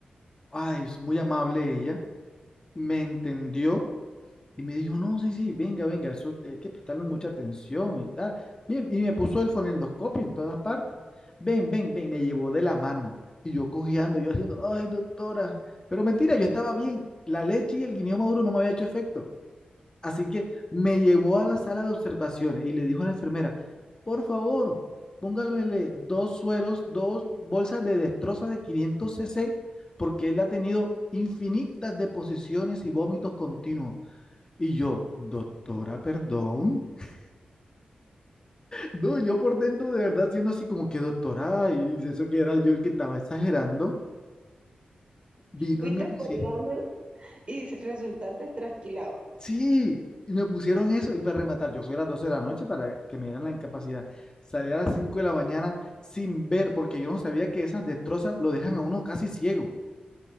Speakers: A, on the left (about 25°); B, on the right (about 40°).
A: ay, es muy amable ella, me entendió y me dijo, no, sí, sí, venga, venga, eso te- hay que prestarle mucha atención y tal. Bien, y me puso el fonendoscopio en todas partes. Ven, ven, ven, me llevó de la mano. Y yo cojeando, yo haciendo, ay, doctora. Pero mentira, yo estaba bien. La leche y el guineo maduro no me había hecho efecto. Así que me llevó a la sala de observaciones y le dijo a la enfermera, por favor, póngamele dos sueros, dos bolsas de destroza de 500 cc, porque él ha tenido infinitas deposiciones y vómitos continuos. Y yo, doctora, perdón. <laughs> No, yo por dentro de verdad siendo así como que doctora, y si eso que era yo el que estaba exagerando, vino
B: Fuiste
A: y me pusieron,
B: por lana y resultaste trasquilado.
A: sí, y me pusieron eso y para rematar, yo fui a las 12 de la noche para que me dieran la incapacidad. Salí a las 5 de la mañana sin ver, porque yo no sabía que esas destrozas lo dejan a uno casi ciego.